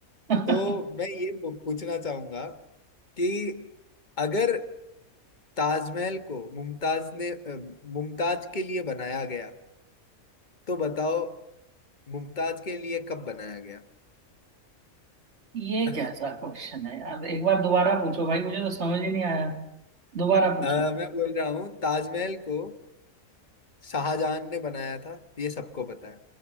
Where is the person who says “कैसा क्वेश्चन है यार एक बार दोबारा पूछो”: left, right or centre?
Right